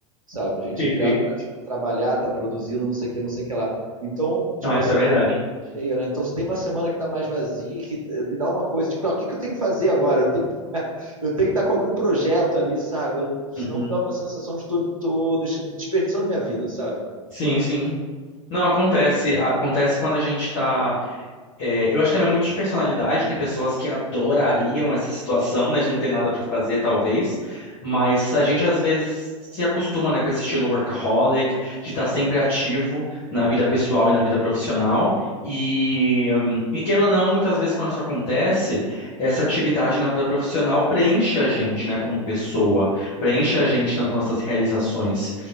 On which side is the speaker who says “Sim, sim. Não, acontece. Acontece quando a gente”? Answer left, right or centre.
Left